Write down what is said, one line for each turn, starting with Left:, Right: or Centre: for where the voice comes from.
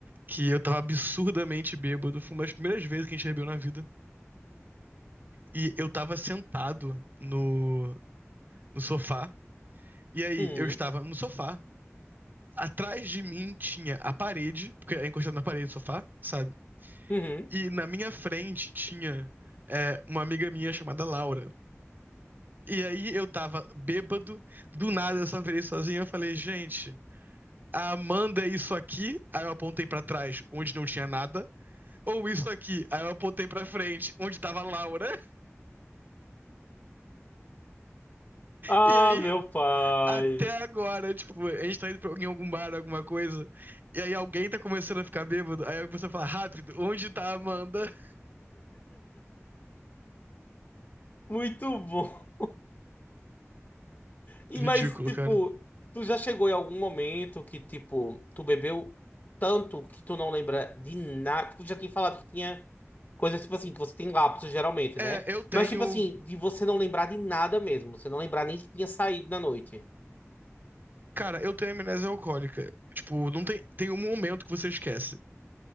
Right: que eu tava absurdamente bêbado, foi uma das primeiras vezes que a gente bebeu na vida, e eu tava sentado no, no sofá, e aí
Left: uhum,
Right: eu estava no sofá, atrás de mim tinha a parede, porque é encostado na parede do sofá, sabe?
Left: uhum.
Right: E na minha frente tinha é, uma amiga minha chamada Laura. E aí eu tava bêbado, do nada eu só virei sozinho. Eu falei, gente, a Amanda é isso aqui. Aí eu apontei pra trás, onde não tinha nada. Ou isso aqui. Aí eu apontei pra frente, onde tava a Laura.
Left: Ah,
Right: E aí,
Left: meu pai.
Right: até agora, tipo, a gente tá indo pra, em algum bar, alguma coisa. E aí alguém tá começando a ficar bêbado. Aí a pessoa fala, rápido, onde tá a Amanda?
Left: Muito bom. E
Right: Ridículo,
Left: mas, tipo,
Right: cara.
Left: tu já chegou em algum momento que, tipo, tu bebeu tanto que tu não lembra de nada. Tu já tinha falado que tinha coisas, tipo assim, que você tem lapsos geralmente,
Right: É,
Left: né?
Right: eu tenho.
Left: Mas, tipo assim, de você não lembrar de nada mesmo. Você não lembrar nem que tinha saído na noite.
Right: Cara, eu tenho amnésia alcoólica. Tipo, não tem, tem um momento que você esquece,